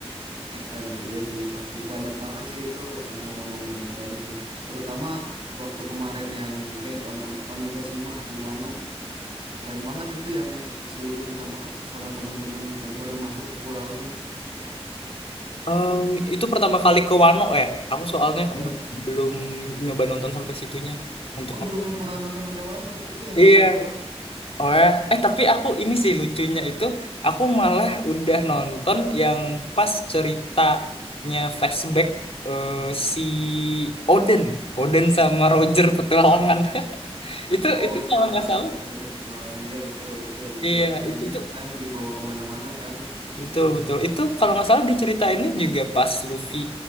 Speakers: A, on the right; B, on the left.
A: aduh iya sih, pasti banyak banget sih itu eh, momen-momen yang keren sih. Terutama waktu kemarin yang raid on O- Onigashima di Wano, keren banget itu yang si Luffy sama ka- sama teman-teman yang baru masuk ke pulaunya.
B: Em, itu pertama kali ke Wano ya. Aku soalnya
A: Iya,
B: be- belum nyoba nonton sampai situnya untuk
A: oh
B: nonton.
A: belum nyoba nonton sampai Wano, itu yang
B: Iya.
A: Kaido loh.
B: Oh ya. Eh tapi aku ini sih lucunya itu aku malah udah nonton yang pas ceritanya flashback eh, si Oden, Oden sama Roger petualangan. <laughs> Itu
A: Oh
B: itu
A: iya,
B: kalau nggak
A: Oden
B: salah,
A: sama Roger petualangan, iya betul betul betul.
B: iya
A: Yang
B: it-
A: ini
B: itu
A: kan dibawa kemana-mana kan?
B: betul betul. Itu kalau nggak salah di cerita ini juga pas Luffy